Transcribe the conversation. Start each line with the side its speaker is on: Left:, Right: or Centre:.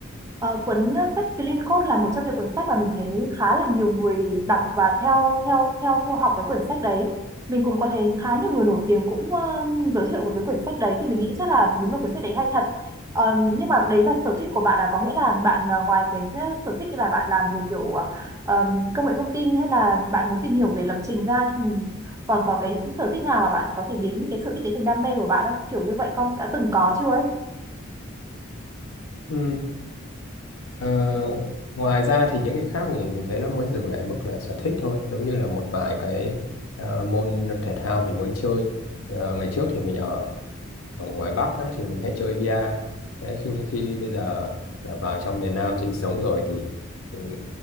Right: Ờ, cuốn sách Clean Code là một trong những cuốn sách mà mình thấy khá là nhiều người đọc và theo theo theo theo học cái quyển sách đấy. Mình cũng có thấy khá nhiều người nổi tiếng cũng ờ, giới thiệu về cái quyển sách đấy thì mình nghĩ chắc là đúng là cuốn sách đấy hay thật. Ờ, nhưng mà đấy là sở thích của bạn là Có nghĩa là bạn ờ, ngoài cái sở thích là bạn làm về kiểu ờ, ờ, công nghệ thông tin hay là bạn muốn tìm hiểu về lập trình ra thì còn có cái sở thích nào mà bạn có thể biến cái sở thích đấy thành đam mê của bạn không? Kiểu như vậy không? Đã từng có chưa ấy?
Left: Ừ. Ờ, ngoài ra thì những cái khác thì mình thấy nó mới dừng lại mức là sở thích thôi giống như là một vài cái ờ, môn thể thao mình muốn chơi Ờ, ngày trước thì mình ở, ở ngoài Bắc ấy, thì mình hay chơi bia Đấy, khi khi bây giờ là vào trong miền Nam sinh sống rồi thì ừm,